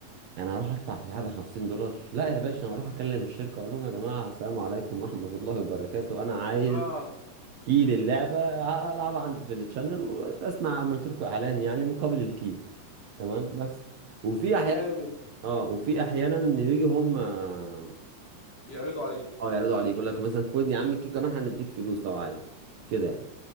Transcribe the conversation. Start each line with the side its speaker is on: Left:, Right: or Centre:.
Right: انا هروح ادفع في لعبه 50 دولار لا يا باشا انا هروح اكلم الشركه اقول لهم يا جماعه السلام عليكم ورحمه الله وبركاته انا عايز
Left: اه
Right: كي للعبة ع- ألعبها عندي في التشانل وبسمع عملت لكم إعلان يعني مقابل الكي تمام بس وفي أحيانا
Left: جامد
Right: اه وفي أحيانا يجي هم اه
Left: يعرضوا عليك
Right: يعرضوا عليك يقول لك مثلا خد يا عم الكي كمان هنديك فلوس لو عايز كده يعني